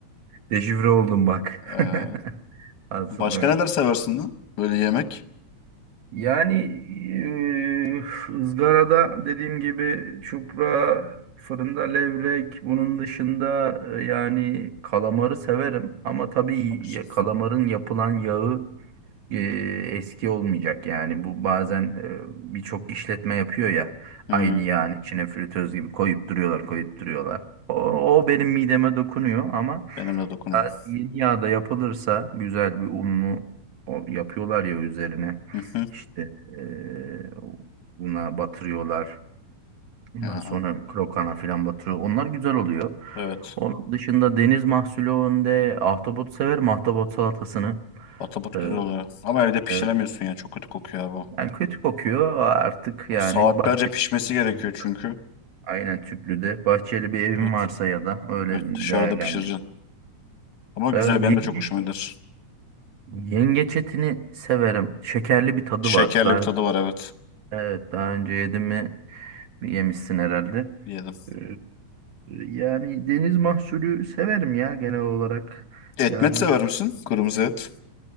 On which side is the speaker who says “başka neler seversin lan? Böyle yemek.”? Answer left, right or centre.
Left